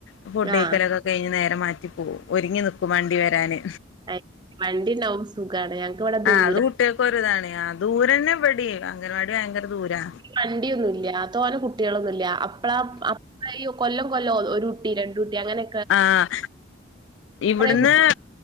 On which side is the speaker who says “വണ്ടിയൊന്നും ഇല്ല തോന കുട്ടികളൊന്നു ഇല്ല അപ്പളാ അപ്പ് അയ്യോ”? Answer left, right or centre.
Right